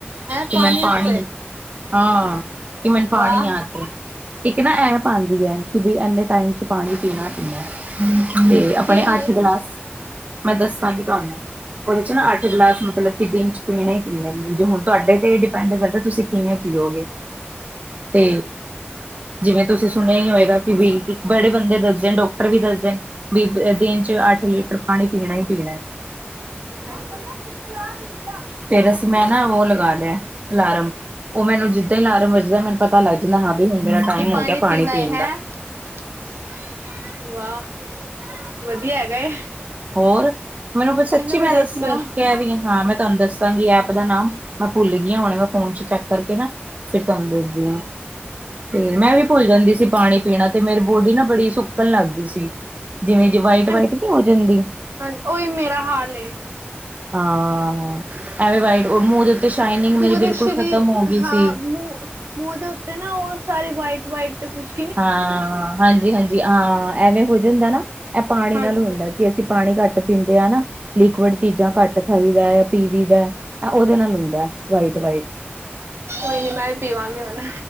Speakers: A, on the right; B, on the right.
A: ਹੈਂ
B: ਤੇ ਮੈਂ ਪਾਣੀ
A: ਵਾਸਤੇ
B: ਹਾਂ। ਕੀ ਮੈਨੂੰ ਪਾਣੀ
A: ਵਾਹ
B: ਆ ਕੇ, ਇਕ ਨਾ ਐਪ ਆਉਂਦੀ ਹੈ, ਕਿ ਬਾਈ ਇੰਨੇ ਟਾਈਮ 'ਚ ਪਾਣੀ ਪੀਣਾ ਪੀਣਾ ਐ। ਤੇ ਆਪਣੇ
A: ਕਿਹੜੀ
B: ਅੱਠ
A: ਏ
B: ਗਲਾਸ। ਮੈਂ ਦੱਸਾਂਗੀ ਤੁਹਾਨੂੰ, ਉਹਦੇ 'ਚ ਨਾ ਅੱਠ ਗਲਾਸ ਮਤਲਬ ਕਿ ਦਿਨ 'ਚ ਪੀਣੇ ਹੀ ਪੀਣੇ, ਜੋ ਹੁਣ ਤੁਹਾਡੇ ਤੇ ਡਿਪੈਂਡ ਕਰਦਾ ਤੁਸੀਂ ਕਿਵੇਂ ਪੀਓਗੇ। ਤੇ। ਜਿਵੇਂ ਤੁਸੀਂ ਸੁਣਿਆਂ ਹੀ ਹੋਏਗਾ। ਵੀ ਬੜੇ ਬੰਦੇ ਦੱਸਦੇ ਡਾਕਟਰ ਵੀ ਦੱਸ ਦੇਣ। ਵੀ। ਦਿਨ ਚ ਅੱਠ ਲੀਟਰ ਪਾਣੀ ਪੀਣਾ ਹੀ ਪੀਣਾ।
A: ਹਾਂਜੀ।
B: ਫੇਰਸ। ਮੈਂ ਨਾਂ ਉਹ ਲਗਾ ਲਿਆ ਅਲਾਰਮ। ਉਹ ਮੈਨੂੰ ਜਿੱਦਾਂ ਹੀ ਅਲਾਰਮ ਵੱਜਦਾ। ਮੈਨੂੰ ਪਤਾ ਲੱਗਦਾ ਬਈ ਹੁਣ ਮੇਰਾ ਟਾਈਮ
A: ਕਿ
B: ਹੋ ਗਿਆ। ਪਾਣੀ
A: ਪੀਣਾ
B: ਪੀਣ
A: ਏ ਹੈਂ
B: ਦਾ।
A: <unintelligible> ਏ
B: ਹੋਰ ਮੈਨੂੰ ਫੇਰ ਸੱਚੀ। ਮੈਂ
A: ਵੀ ਦੱਸਣਾ
B: ਦੱਸ ਕਹਿ ਰਹੀ ਹਾਂ ਮੈਂ ਤੁਹਾਨੂੰ ਦੱਸ। ਦੱਸਾਂਗੀ ਐਪ ਦਾ ਨਾਮ। ਮੈਂ ਭੁੱਲ ਗਈ ਹੁਣੇ ਮੈ ਫੋਨ ਚ ਚੈੱਕ ਕਰਕੇ ਨਾ। ਫਿਰ ਤੁਹਾਨੂੰ ਦੱਸਦੀ ਹਾਂ। ਤੇ
A: ਕੋਈ ਨੀ
B: ਮੈਂ
A: ਮੈਨੂੰ
B: ਵੀ ਭੁੱਲ
A: ਦੱਸਣਾ
B: ਜਾਂਦੀ ਸੀ। ਪਾਣੀ ਪੀਣਾ ਤੇ ਮੇਰੀ ਬੋਡੀ ਨਾਂ ਬੜੀ ਸੁੱਕਣ ਲੱਗ ਗਈ ਸੀ। ਜਿਵੇਂ ਜੀ ਵਾਈਟ ਵਾਈਟ।
A: ਹਾਂਜੀ।
B: ਨੀ ਹੋ ਜਾਂਦੀ
A: ਉਹੀ ਮੇਰਾ ਹਾਲ।
B: ਹਾਂ ਐਵੇਂ ਵਾਈਟ ਮੂੰਹ ਦੇ ਉੱਤੇ ਸ਼ਾਈਨਿੰਗ।
A: ਪੂਰੇ
B: ਮੇਰੀ ਬਿਲਕੁਲ
A: ਸਰੀਰ
B: ਖ਼ਤਮ ਹੋ ਗਈ
A: ਹਾਂ
B: ਸੀ।
A: ਮੂੰਹ ਮੂੰਹ ਦੇ ਉੱਤੇ ਨਾਂ। ਉਹ ਸਾਰੀ ਵਾਈਟ ਵਾਈਟ ਖੁਸ਼।
B: ਹਾਂ ਹਾਂਜੀ ਹਾਂਜੀ। ਹਾਂ ਐਵੇਂ ਹੋ ਜਾਂਦਾ ਨਾ। ਇਹ ਪਾਣੀ
A: ਹਾਂਜੀ
B: ਨਾਲ ਹੁੰਦਾ। ਅਸੀਂ ਪਾਣੀ ਘੱਟ ਪੀਂਦੇ ਹਾਂ। ਨਾਂ ਲੀਕੇਜ। ਚੀਜ਼ਾਂ ਘੱਟ ਖਾਈ ਦਾ। ਜਾਂ ਪੀਵ ਦਾ ਉਹਦੇ ਨਾਲ ਹੁੰਦਾ ਵਾਈਟ ਵਾਈਟ।
A: ਕੋਈ ਨੀ। ਮੈਂ ਵੀ ਪੀਵਾਂਗੀ ਹੁਣ।